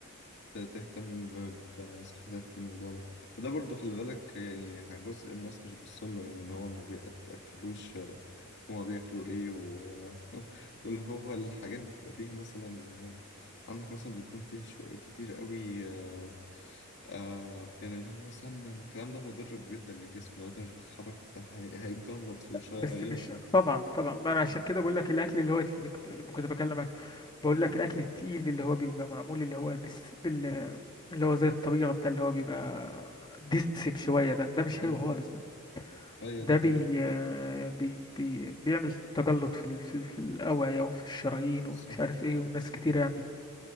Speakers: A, on the left; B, on the left.
A: ت- تهتم ب- بصحتك في الموضوع ده وده برضو خلي بالك يعني جزء الناس مش باصين له يعني ان هو ما بيتاكلوش آه، هما بياكلوا ايه و... <laughs> واللي هو الحاجات بيبقى فيها مثلا آه، عندك مثلا بيكون فيها شوية كتير قوي آه، آه، يعني اللي هو سمنة والكلام ده مضر جدا للجسم لو انت مش بتتحرك انت هي- هيتجلط في الشرايين
B: بس مش
A: على طول
B: طبعا طبعا ما انا عشان
A: مم.
B: كده بقول لك الاكل اللي هو اللي كنت لما كنت بكلمك بقول لك الاكل التقيل اللي هو بيبقى معمول اللي هو بس بال اللي هو زي الطبيعه ده اللي هو بيبقى دسم شويه ده ده مش
A: اه
B: حلو خالص ده
A: ايوه
B: ده
A: ده حقيقي
B: بي آه، بي بي بيعمل تجلط في ال- في ال- في الأوعية وفي الشرايين وفي
A: صح
B: مش عارف ايه وناس كتير يعني